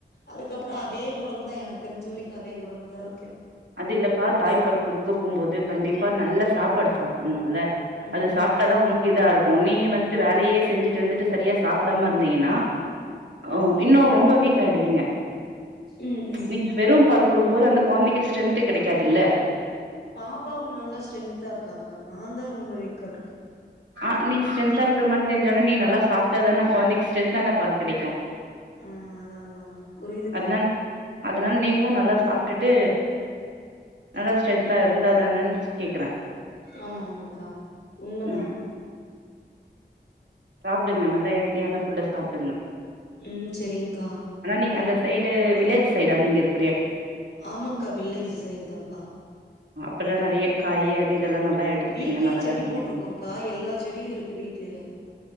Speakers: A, on the left; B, on the right.
A: அதுக்கப் புறோ அதே ஒடம்புதா எனக்கு தெரிஞ்ச வரைக்கோ அதே ஒடம்புதா இருக்கே
B: அது இல்லப்பா
A: இந்த
B: தாய்ப்பால் குடுக்க போகும்போது கண்டிப்பா நல்லா சாப் ப்பாடு சாப்பிட் னோல
A: ம்
B: அது சாப்பிட்தா
A: ஆமாக்கா
B: உனக்கு இதா இருக்கோ நீ வந்துட்டு வேலையே செஞ்சுட்டு வந்துட்டு சரியா சாப் படாம இருந்தீங்கன்னா ஓ இன்னும் ரொம்ப வீக் காயிடுவீங்க
A: ம் ம்
B: நீங்க வெறும் பால் குடுக்கும்போது அந்த கொந்தைக்கோ ஸ்ட்ரென்த்து கெடைக்காதுல
A: பாப்பாவுக்கு நல்லா ஸ்ட்ரென்தா இருக்காங்க நா தா ரொம்ப வீக்கா இருக்கே
B: ஆ நீங்க ஸ்ட்ரென்தா இருக்க மாரிதெரிஞ்சாலு நீ நல்லா சாப்ட்டாதானே கொழந்தைக்கு ஸ்ட்ரென்தான பால் கெடைக்கோ
A: ஆ அதா அதா புரியுதுக்கா
B: அதனால் அதனால நீங்களு நல்லா சாப்ட்டுட்டு நல்லா ஸ்ட்ரென்த்தா
A: ம்
B: இருந்தா தானே கேக்றே
A: ஆமா ஆமாக்கா உண்மதா
B: ம் சாப்டுங்க நல்லா ஹெல் த்தியான ஃபுட்ட சாப்
A: ம் செரிங்கா
B: ஆனா நீங்க அந்த சைடு வில்லேஜ் சைடா நீங்க இருக்
A: ஆமாக்கா வில்லேஜு சைடு தாக்கா
B: இப்பலா நெறைய காய் அது இதெல்லா நல்லா எடுத்துப்பீங்க
A: வீட்லேயே
B: நல்லாதா
A: செடி
B: சமைப்பீங்க
A: போட்ருக்கோகா எல்லா செடியு இருக்கு வீட்லயே